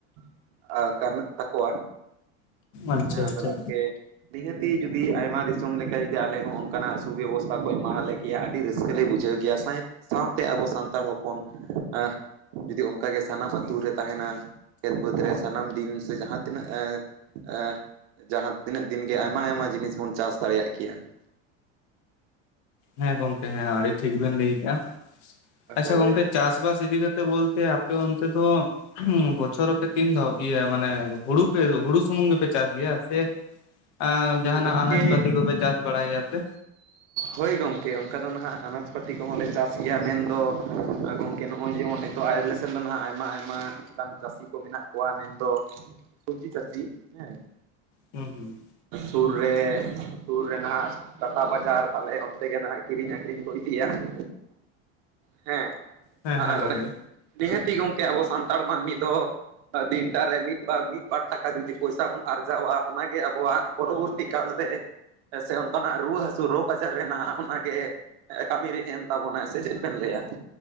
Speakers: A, on the right; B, on the left.
A: <inaudible> ᱠᱟᱱ ᱛᱟᱠᱚᱣᱟ
B: ᱟᱪᱪᱷᱟ
A: ᱦᱮᱸ ᱟᱫᱚ
B: ᱟᱪᱪᱷᱟ
A: ᱜᱚᱝᱠᱮ ᱱᱤᱦᱟᱹᱛᱤ ᱡᱩᱫᱤ ᱟᱭᱢᱟ ᱫᱤᱥᱚᱢ ᱞᱮᱠᱟ ᱡᱩᱫᱤ ᱟᱞᱮ ᱦᱚᱸ ᱚᱱᱠᱟᱱᱟᱜ ᱥᱩᱵᱮᱵᱚᱥᱛᱷᱟ ᱠᱚ ᱮᱢᱟ ᱦᱟᱞᱮ ᱠᱮᱭᱟ ᱟᱹᱰᱤ ᱨᱟᱹᱥᱠᱟᱹ ᱞᱮ ᱵᱩᱡᱷᱟᱹᱣ ᱠᱮᱭᱟ, ᱥᱟᱸᱭ ᱥᱟᱶᱛᱮ ᱟᱵᱚ ᱥᱟᱱᱛᱟᱲ ᱦᱚᱯᱚᱱ ᱟᱸ ᱡᱩᱫᱤ ᱚᱱᱠᱟ ᱜᱮ ᱥᱟᱱᱟᱢ ᱟᱹᱛᱩ ᱨᱮ ᱛᱟᱦᱮᱱᱟ ᱠᱷᱮᱛ ᱵᱟᱹᱫᱽ ᱨᱮ ᱥᱟᱱᱟᱢ ᱫᱤᱱ ᱥᱮ ᱡᱟᱦᱟᱸ ᱛᱤᱱᱟᱹᱜ ᱮ ᱮ ᱡᱟᱦᱟ ᱛᱤᱱᱟᱹᱜ ᱫᱤᱱ ᱜᱮ ᱟᱭᱢᱟ ᱟᱭᱢᱟ ᱡᱤᱱᱤᱥ ᱵᱚᱱ ᱪᱟᱥ ᱫᱟᱲᱮᱭᱟᱜ ᱠᱮᱭᱟ ᱾
B: ᱦᱮᱸ ᱜᱚᱝᱠᱮ ᱦᱮᱸ ᱟᱹᱲᱤ ᱴᱷᱤᱠ ᱵᱮᱱ ᱞᱟᱹᱭ ᱠᱮᱜᱼᱟ ᱾ ᱟᱪᱪᱷᱟ
A: ᱦᱳᱭ
B: ᱜᱚᱝᱠᱮ ᱪᱟᱥ ᱵᱟᱥ ᱤᱫᱤ ᱠᱟᱛᱮ ᱵᱚᱞᱛᱮ ᱟᱯᱮ ᱚᱱᱛᱮ ᱛᱚ ᱦᱩᱸ ᱵᱚᱪᱷᱚᱨ ᱟᱯᱮ ᱛᱤᱱ ᱫᱷᱟᱣ ᱤᱭᱟᱹ ᱢᱟᱱᱮ ᱦᱩᱲᱩ ᱯᱮ ᱦᱩᱲᱩ ᱥᱩᱢᱩᱝ ᱜᱮ ᱯᱮ ᱪᱟᱥ ᱜᱮᱭᱟ ᱥᱮ ᱟᱸ ᱡᱟᱦᱟᱱᱟᱜ
A: ᱜᱚᱝᱠᱮ
B: ᱟᱱᱟᱡ ᱯᱟᱹᱛᱤ ᱠᱚᱯᱮ ᱪᱟᱥ ᱵᱟᱲᱟᱭ ᱜᱮ ᱟᱯᱮ?
A: ᱦᱳᱭ ᱜᱚᱝᱠᱮ ᱚᱱᱠᱟ ᱫᱚ ᱱᱟᱦᱟᱜ ᱟᱱᱟᱡ ᱯᱟᱹᱛᱤ ᱠᱚᱦᱚᱸ ᱞᱮ ᱪᱟᱥ ᱜᱮᱭᱟ, ᱢᱮᱱ ᱫᱚ ᱟᱨ ᱜᱚᱝᱠᱮ ᱱᱚᱜᱼᱚᱭ ᱡᱮᱢᱚᱱ ᱱᱤᱛᱚᱜ ᱟᱭᱞᱮ ᱥᱮᱱ ᱫᱚ ᱱᱟᱸᱜ ᱟᱭᱢᱟ ᱟᱭᱢᱟ ᱚᱱᱠᱟᱱ ᱪᱟᱹᱥᱤ ᱠᱚ ᱢᱮᱱᱟᱜ ᱠᱚᱣᱟ ᱢᱮᱱ ᱫᱚ ᱥᱚᱵᱽᱡᱤ ᱪᱟᱹᱥᱤ ᱦᱮᱸ ᱾
B: ᱦᱩᱸ ᱦᱩᱸ ᱾
A: ᱥᱩᱨ ᱨᱮ ᱥᱩᱨ ᱨᱮ ᱱᱟᱦᱟᱜ ᱴᱟᱴᱟ ᱵᱟᱡᱟᱨ ᱛᱟᱞᱮ ᱚᱱᱛᱮ ᱜᱮ ᱱᱟᱦᱟᱜ ᱠᱤᱨᱤᱧ ᱟᱹᱠᱷᱨᱤᱧ ᱠᱚ ᱤᱫᱤᱭᱟ ᱾ ᱦᱮᱸ,
B: ᱦᱮᱸ
A: ᱟᱨ
B: ᱦᱮᱸ ᱜᱚᱝᱠᱮ
A: ᱱᱤᱦᱟᱹᱛᱤ ᱜᱚᱝᱠᱮ ᱟᱵᱚ ᱥᱟᱱᱛᱟᱲ ᱢᱟᱹᱱᱢᱤ ᱫᱚ ᱫᱤᱱ ᱴᱟ ᱨᱮ ᱢᱤᱫ ᱵᱟᱨ ᱢᱤᱫ ᱵᱟᱨ ᱴᱟᱠᱟ ᱡᱩᱫᱤ ᱯᱚᱭᱥᱟ ᱵᱚᱱ ᱟᱨᱡᱟᱣᱟ ᱚᱱᱟ ᱜᱮ ᱟᱵᱚᱣᱟᱜ ᱯᱷᱩᱨᱛᱤ ᱠᱟᱞ ᱨᱮ ᱥᱮ ᱚᱱᱠᱟᱱᱟᱜ ᱨᱩᱣᱟᱹ ᱦᱟᱹᱥᱩ ᱨᱳᱜᱽ ᱟᱡᱟᱨ ᱨᱮ ᱱᱟᱦᱟᱜ ᱚᱱᱟᱜᱮ ᱠᱟᱹᱢᱤ ᱢᱤ ᱨᱮ ᱮᱢ ᱛᱟᱵᱚᱱᱟᱭ ᱥᱮ ᱪᱮᱫ ᱵᱮᱱ ᱞᱟᱹᱭᱼᱟ?